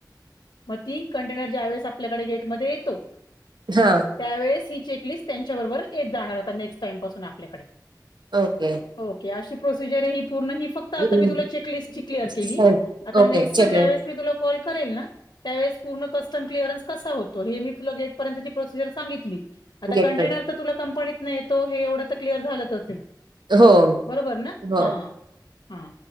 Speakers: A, on the left (about 90°); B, on the right (about 80°).
A: मग ती कंटेनर ज्या वेळेस आपल्याकडे गेटमध्ये येतो
B: हा
A: त्यावेळेस ही चेकलिस्ट त्यांच्या बरोबर येत जाणार होता नेक्स्ट टाइम पासून आपल्याकडे
B: ओके
A: ओके अशी प्रोसिजर ही पूर्ण ही फक्त त आता
B: हम्म.
A: तर तुला मी आता चेकलिस्ट क्लिअर केली
B: साहेब,
A: आता
B: ओके
A: नेक्स्ट
B: चेकमेट
A: च ज्यावेळेस मी तुला कॉल करेन ना त्यावेळेस पूर्ण कस्टम क्लीरमस कसा होतो हे तुला मी गेटपर्यंत प्रोसिजर सांगितली आता
B: गेट
A: कंटेनरं
B: पण
A: तुला कंपनीतेतो हे एवढं क्लिअर झालंच असेल
B: हो
A: बरोबर ना
B: हो
A: ह हा